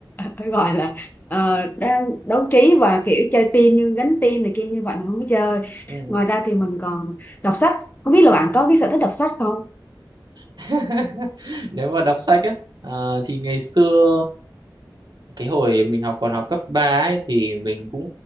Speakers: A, on the left; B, on the right.
A: phải gọi là ờ, đang đấu trí và kiểu chơi team như gánh team này kia như vậy mình không có chơi
B: ừ.
A: ngoài ra thì mình còn đọc sách không biết là bạn có cái sở thích đọc sách không
B: <laughs> nếu mà đọc sách á ờ, thì ngày xưa cái hồi mình học còn học cấp 3 ấy thì mình cũng